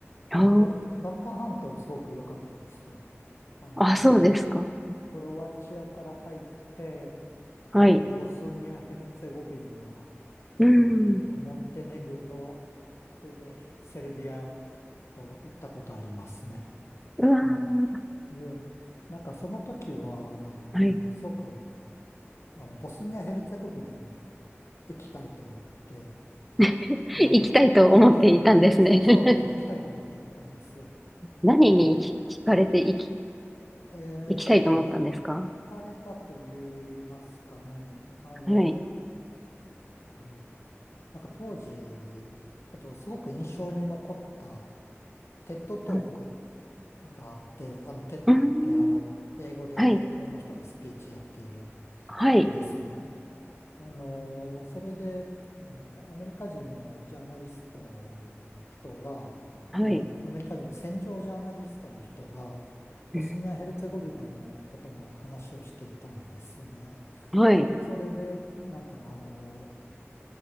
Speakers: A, in the centre; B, on the left.
A: あー
B: あの、バル、バルカン半島すごく良かったですよ。あの、
A: あ、そうですか。
B: クロアチアから入って、
A: はい。
B: あの、ボスニア・ヘルツェゴビナ、
A: うん。
B: えっと、
A: う
B: モンテネグロ、それでセルビアと行ったことありますね。
A: わ
B: ええ、ええ、なんかその時はね、あの、
A: ー。はい。
B: すごく、あの、ボスニア・ヘルツェゴビナに行きたいと思って、
A: <laughs>
B: なんか、
A: 行きたいと思っていたんですね
B: 行った、そうそうなんです、
A: <laughs>
B: 行きたいと思って行ったんですよ。
A: 何に惹かれて行き、
B: はい。えっとね、
A: 行きたいと思ったんですか
B: な、惹かれたと言いますかね、あの、
A: はい。
B: あの、なんか当時、ちょっとすごく印象に残った、テッドトーク
A: うん。
B: があって、あの、テッドってあの、
A: うーん
B: 英語でいろんな人がスピーチやっている、
A: はい。はい。
B: あれですね。あのーそれで、あのーアメリカ人のジャーナリストの人が、
A: はい。
B: あのーアメリカ人の戦場ジャーナリストの人が、ボスニア・
A: うん
B: ヘルツェゴビナのことも話をしていたんですよね。
A: はい。
B: それで、なんか、あのー